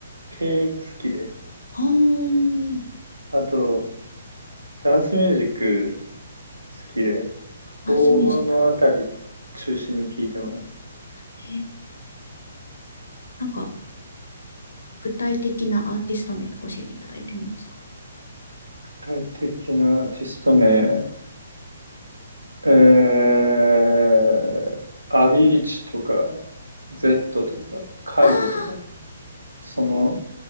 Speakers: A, on the right (about 85°); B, on the left (about 70°).
A: 系が好きで、
B: はー、
A: あとダンスミュージック好きで、
B: ダンスミュージック。
A: このあたり中心に聞いてます。
B: えー、なんか、具体的なアーティスト名とか教えていただいてもいいですか
A: 具体的なアーティスト名、えー、アビーチとか、Z とか、介護とか、
B: ああ
A: その